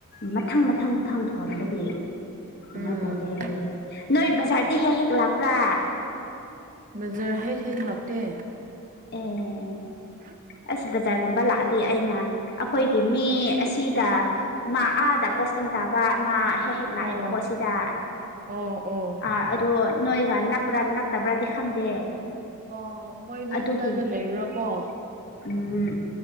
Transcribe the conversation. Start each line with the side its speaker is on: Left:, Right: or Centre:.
Left: ꯃꯊꯪ ꯃꯊꯪ ꯃꯊꯪ ꯊꯣꯟꯕꯗꯤ ꯀꯩꯅꯣ
Right: ꯎꯝ
Left: ꯇꯧꯗꯦ ꯅꯣꯏ ꯕꯖꯥꫪꯗꯤ ꯍꯦꯛ ꯍꯦꯛ ꯂꯥꯛꯄ꯭ꯔ
Right: ꯕꯖꯥꫪ ꯍꯦꯛ ꯍꯦꯛ ꯂꯥꯛꯇꯦ
Left: ꯑꯦ
Right: <inaudible>
Left: ꯑꯁ ꯕꯖꯥꫪꯒꯨꯝꯕ ꯂꯥꯛꯑꯗꯤ ꯑꯩꯅ ꯑꯩꯈꯣꯏꯒꯤ ꯃꯤ ꯑꯁꯤꯗ ꯃꯥ ꯑꯥꯗ ꯄꯣꯁꯇꯤꯡ ꯇꯥꯕ ꯃꯥ ꯍꯦꯛ ꯍꯦꯛ ꯂꯥꯛꯑꯦꯕꯀꯣ
Right: ꯑꯣ
Left: ꯁꯤꯗ
Right: ꯑꯣ ꯑꯣ
Left: ꯑꯥ ꯑꯗꯣ ꯅꯣꯏꯒ ꯅꯛꯄ꯭ꯔ ꯅꯛꯇꯕ꯭ꯔꯗꯤ ꯈꯪꯗꯦ
Right: ꯑꫭ ꯃꯣꯏꯗꯤ
Left: ꯑꯗꯨꯒꯤ
Right: ꯀꯗꯥꯏꯗ ꯂꯩꯔꯕꫭ
Left: ꯎꯝ